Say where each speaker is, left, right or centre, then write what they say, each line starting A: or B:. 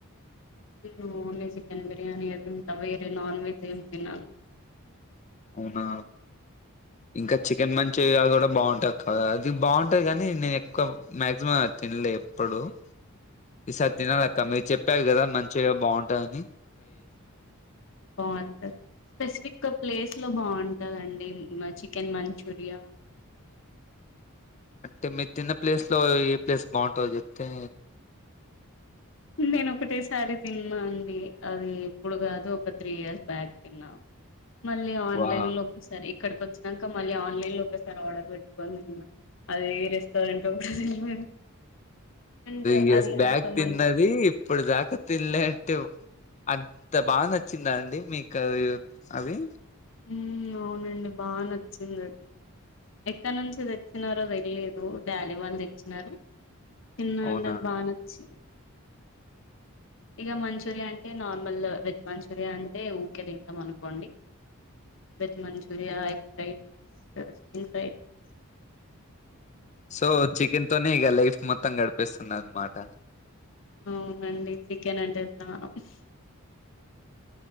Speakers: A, on the left (about 55°); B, on the left (about 30°).
A: నేను ఓన్లీ చికెన్ బిర్యానీయే తింటా వేరే నాన్ వెజ్ ఏమి తినను
B: అవునా ఇంకా చికెన్ మంచూరియా కూడా బాగుంటాది కదా అది బాగుంటాది కాని నేను ఎక్కువ మాక్సిమం అది తి లే ఎప్పుడు ఈ సారి తినాలక్క మీరు చెప్పారు కదా మంచురియా బాగుంటుందని
A: బాగుంటది స్పెసిఫక్ ప్లేస్ ఎ బాగుంటుందండి చికెన్ మంచూరియా
B: అంటే మీరు తిన్న ప్లేస్ లో ఏ ప్లేస్ బాగుంటాందో చెప్తే
A: నేను ఒకటే సారీ తిన్నా అండి అది ఇప్పుడు కాదు ఒక త్రీ ఇయర్స్ బ్యాక్ తిన్నాను మళ్ళీ ఆన్లైన్
B: వా
A: లో ఒకేసారి ఇక్కడికి వచ్చినాక మళ్ళీ ఆన్లైన్ లో ఒకేసారి ఆర్డర్ పెట్టుకొని నిన్న అది ఎ రెస్టారెంట్ ఓ కూడా తెలివది అండ్
B: త్రీ ఇయర్
A: అది
B: బ్యాగ్
A: అంత
B: తిన్నది
A: మంచి
B: ఇప్పుడు దాకా తినలేంటే అంత బాగా నచ్చిందా అండి మీకు అవి
A: ఉమ్ అవునండి బాగా నచ్చింది అది ఎక్కడ నుంచి తెచ్చినారో తెలిలేదు డాడీ వాళ్ళు తెచ్చినారు తిన్నా
B: అవునా
A: అండి అది బాగా నచ్చింది ఇక మంచూరియా అంటే నార్మల్ వెజ్ మంచూరియా అంటే ఉకే తింటాం అనుకోండి వెజ్ మంచూరియా ఎ ఫ rice chicken fries
B: so chicken తోనే ఇక లైఫ్ మొత్తం గడిపిస్తుంది అనమాట
A: అవునండి చికెన్ అంటే ఇస్త